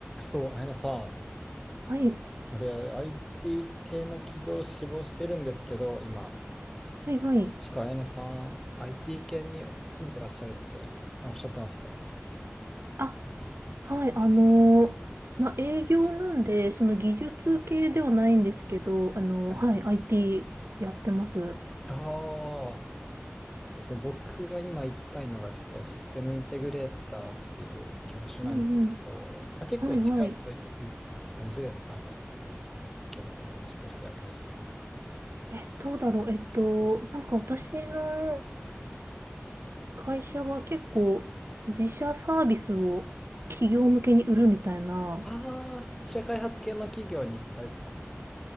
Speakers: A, in the centre; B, on the right.
A: そう、あやねさん、
B: はい、
A: あれ、IT 系の企業を志望してるんですけど、今、
B: はい、はい。
A: しかあやねさん、IT 系に勤めてらっしゃるってあおっしゃってましたよね。
B: あ、はい、あのーまあ、営業なんで、その技術系ではないんですけど、あのーはい、
A: はい。
B: IT やってます。
A: ああ、ですね、僕が今行きたいのが、ちょっとシステムインテグレーターっていう業種なんですけど、
B: うんうん。
A: まあ、結構近いといい感じですかね、
B: はい、はい。
A: 業種としては会社の。
B: え、どうだろう。えっと、なんか私の会社は結構自社サービスを企業向けに売るみたいな、
A: ああ、自社開発系の企業に行かれてたんです。